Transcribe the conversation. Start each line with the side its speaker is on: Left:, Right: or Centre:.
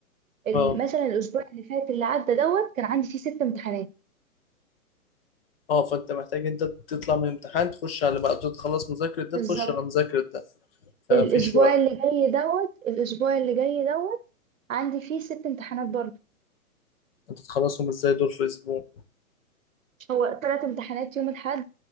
Right: ال-
Left: أه
Right: مثلا الاسبوع اللي فات اللي عدى دوت كان عندي فيه ست امتحانات
Left: أه فأنت محتاج أنت تطلع من الامتحان تخش على اللي بعده تخلص مذاكرة ده
Right: بالظبط
Left: تخش على مذاكرة ده فمفيش
Right: الاسبوع
Left: وقت
Right: اللي جاي دوت الاسبوع اللي جاي دوت عندي فيه ست امتحانات برضه
Left: أنت تخلصهم إزاي دول في أسبوع
Right: هو ثلاث امتحانات يوم الأحد